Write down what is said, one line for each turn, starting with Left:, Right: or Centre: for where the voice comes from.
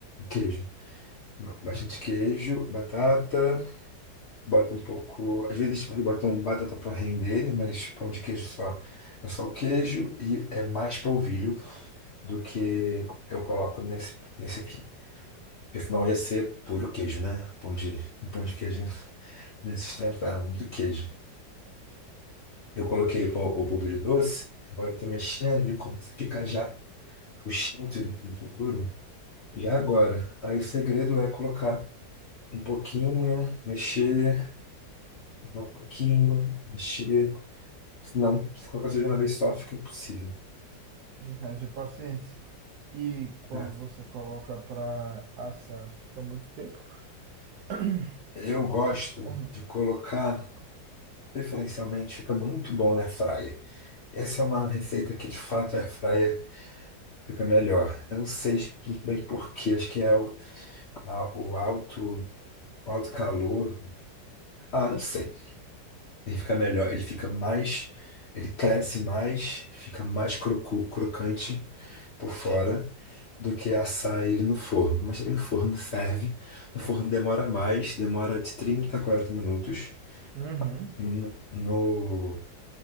Left: Queijo. Bastante queijo, batata, bota um pouco. Às vezes eles botam batata para render, mas pão de queijo só. É só o queijo e é mais polvilho do que eu coloco nesse, nesse aqui. Porque senão ia ser puro queijo, né? Pão de, o pão de queijo ia se sustentar muito queijo. Eu coloquei po- o polvilho doce, agora eu tô mexendo e como você fica já puxando tudo do futuro. E agora? Aí o segredo é colocar um pouquinho, mexer, colocar um pouquinho, mexer. Não, se colocar tudo de uma vez só fica impossível.
Right: Haja paciência. E quando
Left: É.
Right: você coloca para assar, fica muito tempo <clears throat>
Left: Eu gosto
Right: no forno.
Left: de colocar, preferencialmente, fica muito bom na fryer. Essa é uma receita que de fato a fryer fica melhor. Eu não sei muito bem por quê, acho que é o, a- o alto, o alto calor. Ah, não sei. Ele fica melhor, ele fica mais, ele cresce mais, fica mais crocu, crocante por fora do que assar ele no forno. Mas também no forno serve. No forno demora mais, demora de 30 a 40 minutos.
Right: Uhum.
Left: E No, no,